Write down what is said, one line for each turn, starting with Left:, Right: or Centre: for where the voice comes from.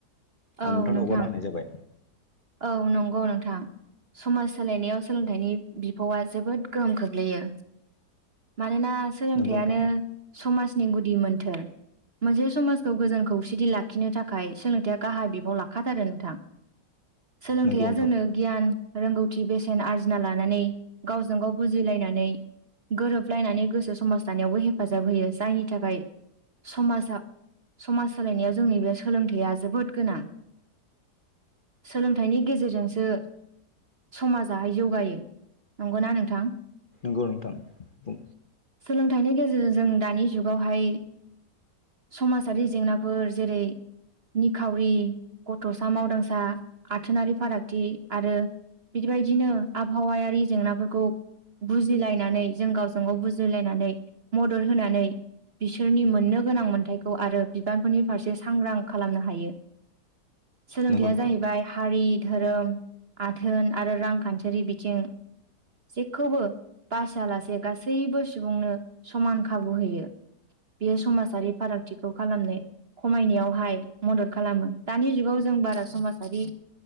Left: आं
Right: औ
Left: नोंथांनो
Right: नोंथां
Left: हगारना होनाय जाबाय
Right: औ नंगौ नोंथां समाज सोलायनायाव सोलोंथाइनि बिफावा जोबोद गोहोम खोख्लैयो मानो ना सोलोंथाइानो
Left: नंगौ नोंथां
Right: समाज नि गुदि मोन्थोर मोनसे समाजखौ गोजोन खौसेथि लाखिनो थाखाय सोलों थाइआ गाहाय बिबाव लाखाथारो नोंथां सोलोंथाइया
Left: नंगौ नोंथां
Right: जोंनो गियान रोंगौथि बेसेन आरजिना लानानै गावजों गाव बुजिलायनानै गोरोबलायनानै गोसो समाज दानायावबो हेफाजाब होयो जायनि थाखाय समाजा समाज सोलायनायाव जोंनि बे सोलोंथाइया जोबोद गोनां सोलोंथाइनि गेजेरजोंसो समाजाहाय जौगायो नंगौना नोंथां?
Left: नंगौ नोंथां बुं
Right: सोलोंथाइनि गेजेरजों जों दानि जुगावहाय समाजारि जेंनाफोर जेरै निखावरि गथ'सा मावदांसा आथोनारि फारागथि आरो बिदिबायदिनो आबहावायारि जेंनाफोरखौ बुजिलायनानै जों गावजों गाव बुजिलायनानै मदद होनानै बिसोरनि मोननो गोनां मोन्थायखौ आरो बिबानफोरनि फारसे सांग्रां खालामनो हायो सोलोंथाइया
Left: नंगौ नोंथां
Right: जाहैबाय हारि धोरोम, आथोन आरो रांखान्थियारि बिथिं जेखौबो बासियालासे गासैबो सुबुंनो समान खाबु होयो। बियो समाजारि फारागथिखौ खालामनो खमायनायावहाय मदद खालामो दानि जुगाव जों बारा समाजारि